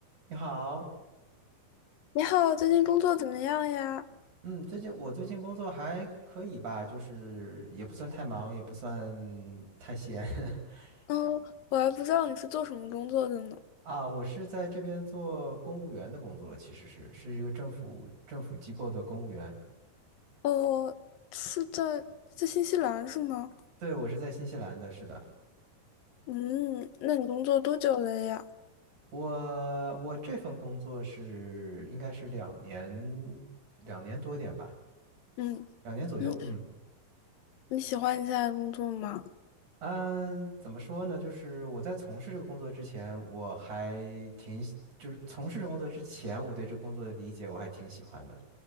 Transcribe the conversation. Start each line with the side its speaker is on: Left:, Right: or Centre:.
Right: 你好，
Left: 你好，最近工作怎么样呀？
Right: 嗯，最近我最近工作还可以吧，就是也不算太忙，也不算太闲 <laughs>
Left: 嗯，我还不知道你是做什么工作的呢。
Right: 啊。我是在这边做公务员的工作，其实是是一个政府政府机构的公务员。
Left: 哦，是在在新西兰是吗？
Right: 对，我是在新西兰的，是的。
Left: 嗯，那你工作多久了呀？
Right: 我我这份工作是应该是两年两年多点吧，
Left: 嗯
Right: 两年左右，
Left: 嗯，
Right: 嗯。
Left: 你喜欢你现在的工作吗？
Right: 嗯，怎么说呢？就是我在从事这个工作之前，我还挺喜就是从事这工作之前，我对这工作的理解我还挺喜欢的。